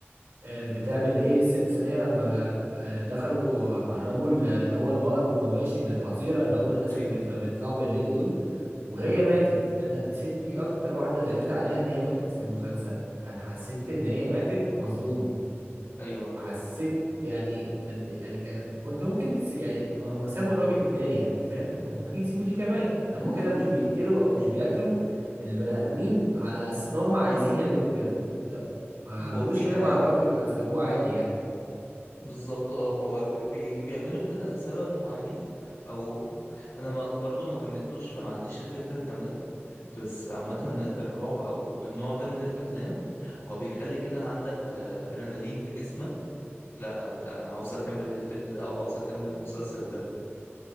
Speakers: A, on the right; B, on the left.
A: آه، بتعمل إيه الست الصينية لما آه، دخلوا هربوا ال- اللي هو البقر والمواشي من الحظيرة اللي هم الناس
B: ايوه
A: اللي بيت- بيطلعوا بالليل دول وهي ماتت أنا الست دي أكتر واحدة زعلت عليها إن هي ماتت في المسلسل يعني حسيت إن هي ماتت مظلومة
B: ايوه
A: حسيت يعني قد إيه، يعني كان كنت ممكن تس... يعني ما هم سابوا الراجل التاني يعني فاهم كان ممكن يسيبوا دي كمان يعني
B: <laughs>
A: هم كده مش بيقتلوا او مش بياكلوا البني ادمين على اساس ان هم عايزين يعملوا كده ده ما
B: هو
A: عملوش
B: في
A: كده
B: حاجة
A: مع الراجل كانوا سابوه عادي يعني
B: بالظبط اه هو ب- بي بيعملوا كده لسبب معين او انا ما برضو ما كملتوش فما عنديش الفكرة كاملة بس عامة الرعب او النوع ده من الافلام هو بيخلي كده عندك آه، ادرينالين في جسمك لا انت انا عاوز اكمل الفيلم ده او عاوز اكمل المسلسل ده